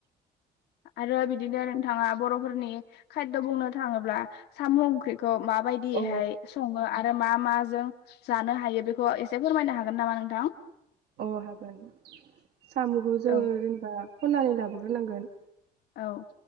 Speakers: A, on the left (about 80°); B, on the right (about 75°).
A: आरो बिदिनो नोंथाङा बर'फोरनि खायद' बुंनो थाङोब्ला साम' ओंख्रि। खौ माबायदिहाय
B: औ
A: सङो आ मा माजों जानो हायो बेखौ एसे फोरमायनो हागोन नामा नोंथां।
B: औ हागोन। साम'खौ जोङो
A: औ
B: जेनेबा। खन्नानै लाबोग्रोनांगोन।
A: औ।